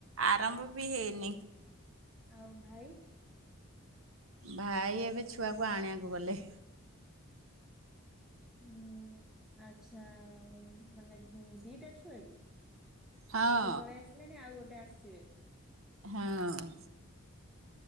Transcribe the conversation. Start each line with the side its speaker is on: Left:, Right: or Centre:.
Right: ଆରମ୍ଭ ବି ହେଇନି।
Centre: ଆଉ ଭାଇ।
Right: ଭାଇ ଏବେ ଛୁଆକୁ ଆଣିଆକୁ ଗଲେ।
Centre: ହୁଁ ଆଚ୍ଛା ଉଁ ମାନେ ଇଁ ଦିଟା ଛୁଆ କି?
Right: ହଁ
Centre: ଗୋଟେ ପଳେଇ ଆସିଲେଣି ଆଉ ଗୋଟେ ଆସିବେ।
Right: ହେଁଅଁ।